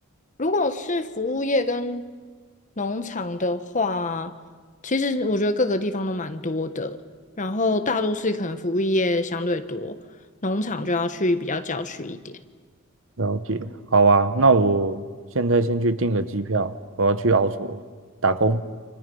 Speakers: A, on the left; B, on the right.
A: 如果是服务业跟农场的话，其实我觉得各个地方都蛮多的。然后大都市可能服务业相对多，农场就要去比较郊区一点。
B: 了解，好啊，那我现在先去订个机票，我要去澳洲打工